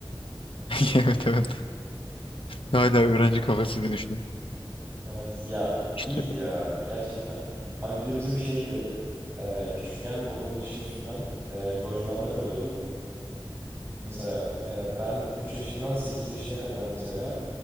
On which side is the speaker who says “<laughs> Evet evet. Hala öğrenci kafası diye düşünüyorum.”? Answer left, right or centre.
Left